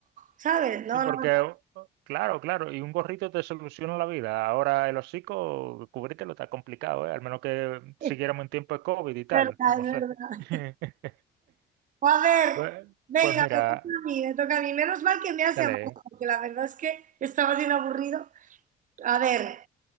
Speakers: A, on the right; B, on the right.
A: ¿Sabes? No,
B: sí, porque,
A: no, no.
B: o- o- claro, claro, y un gorrito te soluciona la vida. Ahora el hocico, cubrírtelo está complicado, ¿eh? Al menos que
A: <laughs>
B: siguiéramos en tiempo de COVID y
A: Es
B: tal,
A: verdad,
B: no
A: es
B: sé.
A: verdad.
B: <laughs>
A: O a ver,
B: Pues,
A: venga,
B: pues mira,
A: me toca a mí, me toca a mí. Menos mal que me has
B: dale.
A: llamado,
B: ¿eh?
A: porque la verdad es que estaba bien aburrido. A ver,